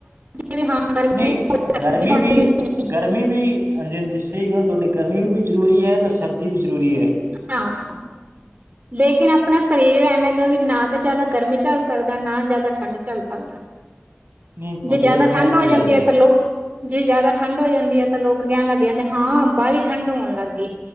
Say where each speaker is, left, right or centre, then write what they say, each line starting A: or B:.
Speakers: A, on the right; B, on the right.
A: <unintelligible>
B: ਨਈ
A: ਸਰਦੀ
B: ਗਰਮੀ
A: ਹੋਣੀ
B: ਵੀ,
A: ਨਹੀਂ
B: ਗਰਮੀ ਵੀ ਹਾਂਜੀ-ਹਾਂਜੀ, ਸਈ ਗੱਲ ਤੁਆਡੀ। ਗਰਮੀ ਵੀ ਜ਼ਰੂਰੀ ਐ ਤੇ ਸਰਦੀ ਵੀ ਜ਼ਰੂਰੀ ਐ।
A: <unintelligible> ਲੇਕਿਨ ਆਪਣਾ ਸਰੀਰ ਐਵੇਂ ਦਾ ਵੀ ਨਾ ਤਾਂ ਜ਼ਾਦਾ ਗਰਮੀ ਝੱਲ ਸਕਦਾ ਨਾ ਜ਼ਾਦਾ ਠੰਢ ਝਲ ਸਕਦਾ।
B: ਨਹੀਂ
A: ਜੇ
B: ਤੁਹਾਡੀ
A: ਜਾਦਾ
B: ਗੱਲ ਜਮਾਂ
A: ਠੰਡ ਹੋ
B: ਸਹੀ
A: ਜਾਂਦੀ
B: ਹੈ ਜੀ
A: ਐ ਤਾਂ ਲੋਕ ਜੇ ਜਾਦਾ ਠੰਢ ਹੋ ਜਾਂਦੀ ਐ ਤਾਂ ਲੋਕ ਕੈਣ ਲੱਗ ਜਾਂਦੇ, ਹਾਂ ਬਾਲੀ ਠੰਢ ਹੋਣ ਲੱਗ ਗੀ।